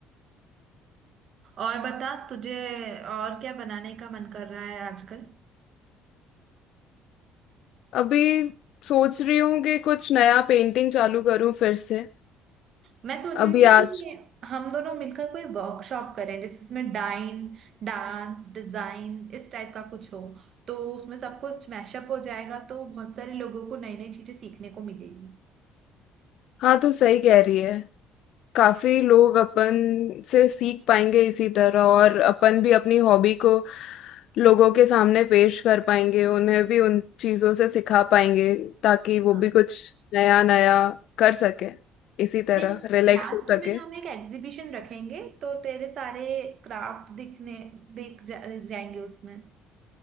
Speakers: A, on the right; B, on the left.
A: और बता तुझे और क्या बनाने का मन कर रहा है आजकल
B: अभी सोच रही हूँ कि कुछ नया पेंटिंग चालू करूँ फिर से
A: मैं सोच
B: अभी
A: रही हूँ कि
B: आज
A: हम दोनों मिलकर कोई वर्कशॉप करें जिसमें डाइन डांस डिजाइन इस टाइप का कुछ हो तो उसमें सब कुछ मैशअप हो जाएगा तो बहुत सारे लोगों को नई नई चीजें सीखने को मिलेगी
B: हाँ तो सही कह रही है काफी लोग अपन से सीख पाएंगे इसी तरह और अपन भी अपनी हॉबी को लोगों के सामने पेश कर पाएंगे उन्हें भी उन चीजों से सिखा पाएंगे ताकि वो
A: हाँ
B: भी कुछ नया नया कर सके इसी तरह
A: ये
B: रिलैक्स
A: लास्ट
B: हो सके
A: में हम एक एग्जीबिशन रखेंगे तो तेरे सारे क्राफ्ट दिखने दिख जा, जाएंगे उसमें